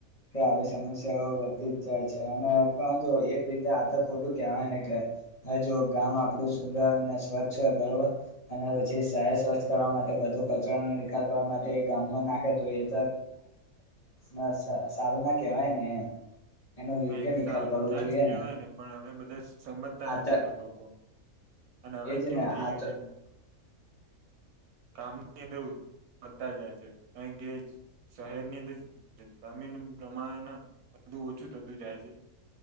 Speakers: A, on the left; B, on the right.
A: કે આવી સમસ્યાઓ વધતી જ જાય છે અને જો એક રીતે આથ ખોટું કેહેવાય ને કે. હ જોુ ગામ આપડું સુંદર અને સ્વચ્છ હોય બરોબર અને પછી શહે સ્વચ્છ કરવા માટે. બ કચરા ન નિકાલ કરવા માટે ગામમાં ના. એ ના સારું ના કેહેવાય ને એમ. એનો
B: હા
A: યોગ્ય
B: એ તો
A: નિકાલ
B: સાવ
A: કરવો
B: ના
A: જોઈએ
B: જ કેવાય ને પણ હવે બધા. સમજતા
A: આ
B: નથી
A: તો
B: લોકો અને હવે
A: એજ
B: કેવું
A: ને
B: થઈ
A: આ તો
B: ગયું છે.
A: <inaudible>
B: કામની. થતા જાય છે કારણ કે શહેરની અંદર જમીન પ્રમાણ. બધું ઓછું થતું જાય છે